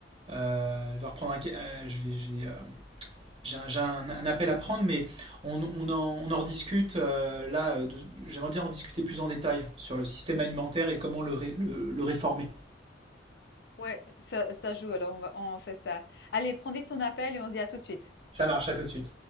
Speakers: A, on the right (about 30°); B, on the left (about 60°).
A: euh, je vais reprendre un, ca- euh, je vais, je vais, euh, j'ai un, j'ai un- un appel à prendre, mais on, on en, on en rediscute. euh, là, euh, de- j'aimerais bien en discuter plus en détail sur le système alimentaire et comment le, ré- le le réformer.
B: ouais, ça, ça joue, alors on va, on fait ça. Allez, prends vite ton appel et on se dit à tout de suite.
A: Ça marche, à tout de suite.